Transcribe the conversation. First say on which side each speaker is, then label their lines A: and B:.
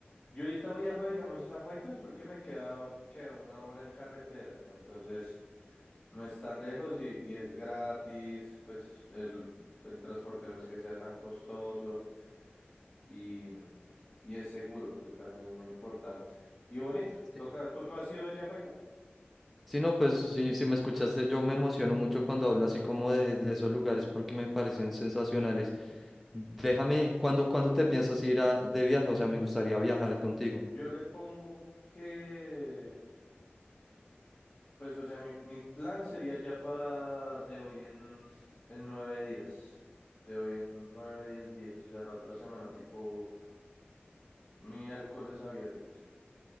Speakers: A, on the left; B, in the centre.
A: Yo ahorita viajo, digamos, es a Huaycas porque me queda, queda una hora en carretera, entonces... No es tan lejos y, y es gratis, pues el, el transporte no es que sea tan costoso y, y es seguro, que también es muy importante. Y bonito,
B: Sí,
A: toca, ¿tú, tú has ido allá, Juaica?
B: Sí, no, pues sí, si me escuchaste, yo me emociono mucho cuando hablo así como de, de esos lugares porque me parecen sensacionales. Déjame, ¿cuándo, cuando te piensas ir a, de viaje? O sea, me gustaría viajar contigo.
A: Yo le pongo que, pues o sea, mi, mi plan sería ya para de hoy en, en nueve días, de hoy en nueve, diez días, o sea, la otra semana, tipo miércoles a viernes.